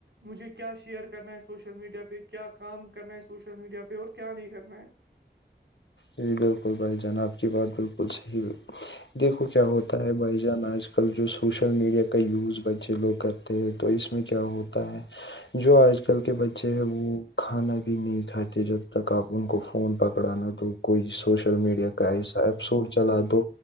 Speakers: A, on the right; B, on the left.
A: مجھے کیا شیئر کرنا ہے سوشل میڈیا پہ کیا کام کرنا ہے سوشل میڈیا پہ اور کیا نہیں کرنا ہے
B: جی بالکل بھائی جان آپ کی بات بالکل صحیح دیکھو کیا ہوتا ہے بھائی جان آج ک آ کل جو سوشل میڈیا کا یوز بچے لوگ کرتے ہیں تو اس میں کیا ہوتا ہے جو آج کل کے بچے ہیں وہ کھانا بھی نہیں کھاتے جب تک آپ ان کو فون پکڑا نہ دو کوئی سوشل میڈیا کا ایسا ایپسو چلا دو